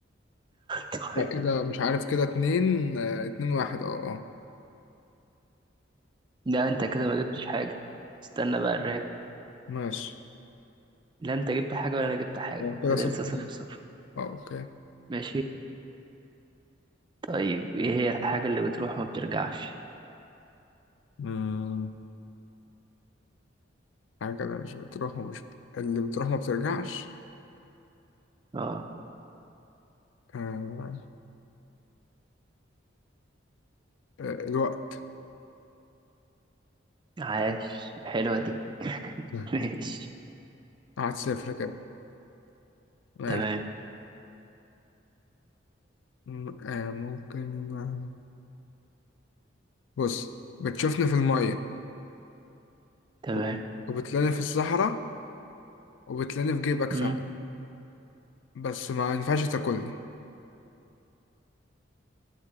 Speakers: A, on the right (about 25°); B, on the left (about 75°).
A: طيب
B: لا كده مش عارف كده اتنين آه، اتنين واحد اه اه
A: لا انت كده ما جبتش حاجة استنى بقى الراجع
B: ماشي
A: لا انت جبت حاجة ولا انا جبت حاجة
B: آه، كده
A: كده
B: صفر
A: لسه
B: صفر.
A: صفر صفر
B: اه اوكي
A: ماشي طيب ايه هي الحاجة اللي بتروح وما بترجعش
B: مم. حاجة كده مش بتروح ومش ب- اللي بتروح ما بترجعش
A: اه
B: آه. آه. الوقت
A: عاش حلوة دي <laughs>
B: لا،
A: ماشي
B: قعد صفر كده ماشي
A: تمام
B: مم، آه. ممكن آه، بص بتشوفني في المية
A: تمام
B: وب- وبتلاقيني في الصحراء وبتلاقيني في جيبك ساعة
A: امم
B: بس ما ينفعش تاكلني